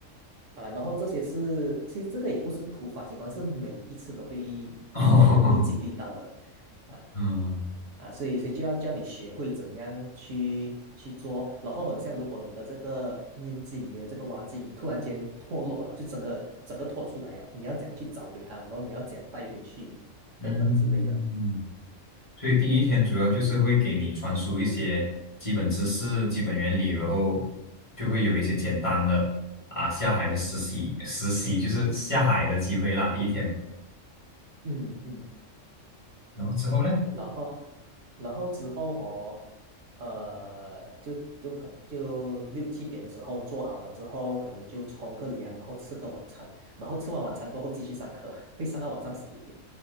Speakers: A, on the right (about 70°); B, on the left (about 25°).
A: 啊，然后这些是，其实这个也不是突发情况，是每一次都会都都会经历到的，
B: <laughs> 哦，
A: 啊
B: 嗯
A: 啊，所以所以就要叫你学会怎样去去做，然后很像如果你的这个面镜，你的这个挖镜突然间脱落了，就整个整个脱出来了，你要怎样去找回它，然后你要怎样带回去，
B: 嗯，
A: 等等之类的。
B: 所以第一天主要就是会给你传输一些基本知识、基本原理，然后就会有一些简单的啊下海的实习，实习就是下海的机会啦。第一天，
A: 嗯嗯。
B: 然后之后呢？
A: 然后，然后之后哦，呃，就就可就六七点的时候做好了之后，可能就冲个凉，然后吃个晚餐，然后吃完晚餐过后继续上课，<laughs> 会上到晚上十一点。